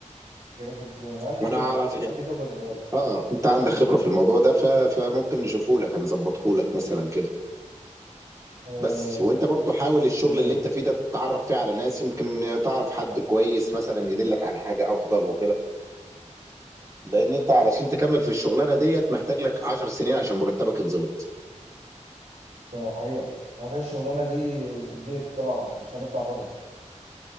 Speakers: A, on the right (about 75°); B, on the right (about 25°).
A: جرافيك ديزاين عندي
B: وانا
A: خبرة
B: اعرف إن-
A: عندي خبرة صغيرة
B: اه انت عندك خبره في الموضوع ده ف- فممكن نشوفه لك هنظبطه لك مثلا كده
A: آه
B: بس وانت برضو حاول الشغل
A: تمام
B: اللي انت فيه ده تتعرف فيه على ناس يمكن تعرف حد كويس مثلا يدلك على حاجه افضل وكده لان انت علشان تكمل في الشغلانه ديت محتاج لك 10 سنين عشان مرتبك يتظبط
A: حقيقة بعدين الشغلانة دي في البيت طبعا مش هنطلع بره